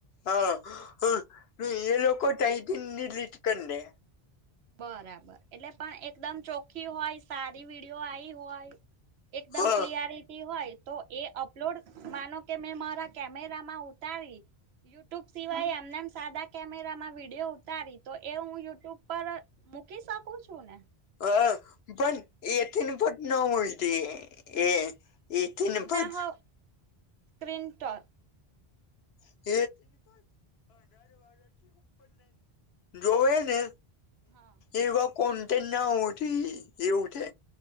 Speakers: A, on the left; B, on the right.
A: હા હ એ લોકો ટાાઈટિનની લીટ કરીને
B: બરાબર એટલે પણ એકદમ ચોખ્ખી હોય સારી વિડીયો આઈ હોય. એકદમ
A: હા
B: ક્લિયારિટી હોય. તો એ અપલોડ માનો કે મેં મારા કેમેરામાં ઉતારી યુટ્યુબ સિવાય એમનેમ સાદા કેમેરામાં વિડીયો ઉતારી. તો એ હું યુટ્યુબ પર મૂકી શકું છું ને
A: હ પણ એથીને પટ ન ઉલતી એ. એથી
B: શું
A: ને ફચ.
B: ના હો સ્ક્રીન ટોક.
A: <unintelligible> જોવે ને
B: હા
A: એવા કોન્ટેન્ટ ના હોતી એવું છે.